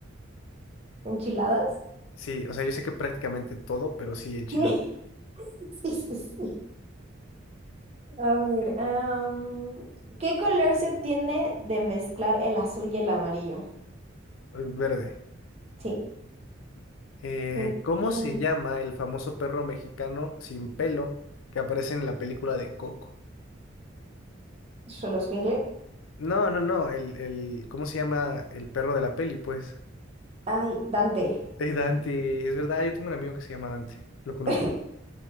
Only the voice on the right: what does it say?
¿Enchiladas?
<laughs> Sí, sí, sí. A ver, am, ¿qué color se obtiene de mezclar el azul y el amarillo?
Sí,
muy
bien.
Solo escuincle.
Ay, Dante.
<laughs>